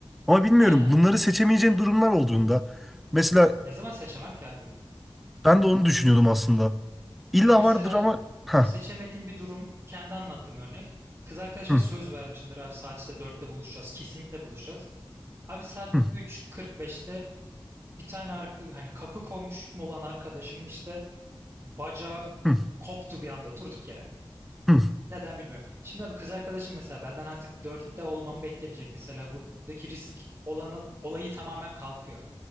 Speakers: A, in the centre; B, on the right (about 30°).
A: Ama bilmiyorum
B: Aynen.
A: bunları seçemeyeceğim durumlar olduğunda. Mesela
B: Ne zaman seçemem ki abi?
A: ben de onu düşünüyordum aslında. İlla
B: Ya mesela
A: vardır ama... Hah.
B: seçemediğim bir durum, kendi anlattığım örnek. Kız arkadaşıma
A: Hı,
B: söz vermişimdir abi saat işte dörtte buluşacağız. Kesinlikle buluşacağız. Abi saat
A: hı,
B: üç kırk beşte bir tane arka, hani kapı komşum olan arkadaşımın işte bacağı
A: hı,
B: koptu bir anda durduk yere.
A: hı.
B: Neden bilmiyorum. Şimdi abi kız arkadaşım mesela benden artık dörtte olmamı beklemeyecek. Mesela buradaki risk olanı, olayı tamamen kalkıyor.